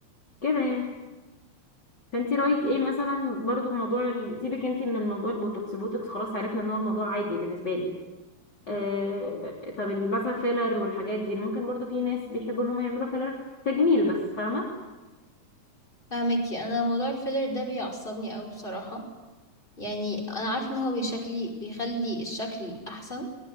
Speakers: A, on the left (about 35°); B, on the left (about 15°).
A: كده يعني فانت رايك ايه مثلا برضه في موضوع ال... سيبك انت من الموضوع البوتوكس البوتوكس خلاص عرفنا ان هو الموضوع عادي بالنسبه لي آه، طب مثلا فيلر والحاجات دي ممكن برضو في ناس بيحبوا ان هم يعملوا فيلر تجميل بس فاهمه
B: فاهمكي انا موضوع الفيلر ده بيعصبني قوي بصراحه يعني انا عارفه ان هو بيشكلي بيخلي الشكل احسن